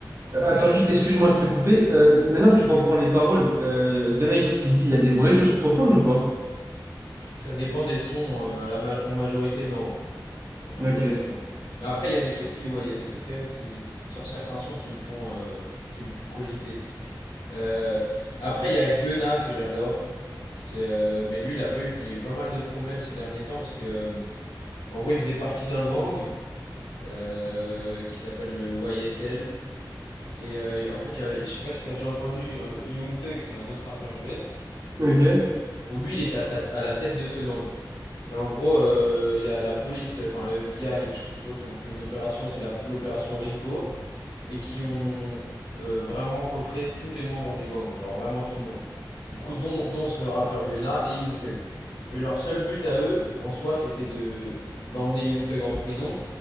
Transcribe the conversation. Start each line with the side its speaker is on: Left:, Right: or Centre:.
Right: Euh, Attends,
Left: Euh,
Right: juste, excuse-moi de te couper. Euh, m- maintenant que tu comprends les paroles, euh, Drake, ce qu'il dit, il y a des vraies choses profondes ou pas?
Left: ça dépend des sons, euh, la ma- en majorité, non. En majorité,
Right: Ok.
Left: non. Mais après, il y a des trucs qui, ouais, il y a des trucs quand même qui, sur certains sons, qui me font, euh, qui me font cogiter. Euh, après, il y a Guena que j'adore. C'est, euh, mais lui, il a pas eu, il a eu pas mal de problèmes ces derniers temps parce que, euh, en gros, il faisait partie d'un gang euh, qui s'appelle le YSL. Et euh, en fait, il y avait- je sais pas si t'as déjà entendu euh, Young Thug, c'est un autre rappeur US,
Right: Ok.
Left: où lui, il était à, sa- à la tête de ce gang. Et en gros, euh, il y a la police, enfin le FBI ou je sais plus quoi, qui ont fait une opération, c'est la- l'opération Rico. et qui ont euh, vraiment coffré tous les membres du gang, genre vraiment tout le monde. Du coup, dont, dont ce rappeur Gunna et Young Thug. Et leur seul but à eux, en soi, c'était de d'emmener Young Thug en prison